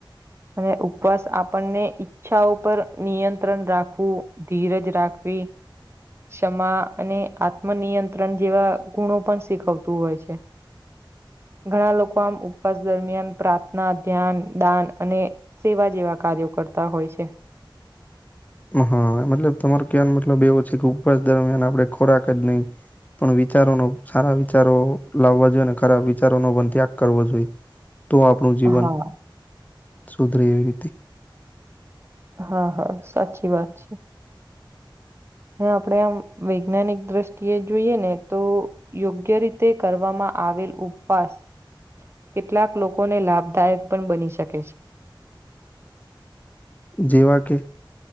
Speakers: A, on the right; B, on the left.
A: અને ઉપવાસ આપણને ઈચ્છા ઉપર નિયંત્રણ રાખવું ધીરજ રાખ વી ક્ષમા અને આત્મ નિયંત્રણ જેવા ગુણો પણ શીખવતું હોય છે ઘણા લોકો આમ ઉપવાસ દરમિયાન પ્રાર્થના, ધ્યાન, દાન અને સેવા જેવા કાર્યો કરતા હોય છે
B: હા મતલબ તમારો ક્યાં મતલબ એવો છે કે ઉપવાસ દરમિયાન આપડે ખોરાક જ નહી પણ વિચારોનો સારા વિચારો લાવવા જોઈએ ને ખરાબ વિચારોનો પણ ત્યાગ કરવો જોઈએ તો આપણું જીવન
A: હા
B: સુધરે એવી રીતે
A: હા હા સાચી વાત છે આપડે આ વૈજ્ઞાનિક દ્રષ્ટિએ જોઈએ ને તો યોગ્ય રીતે કરવામાં આવેલ ઉપવાસ કેટલાક લોકોને લાભદાયક પણ બની શક
B: જેવા કે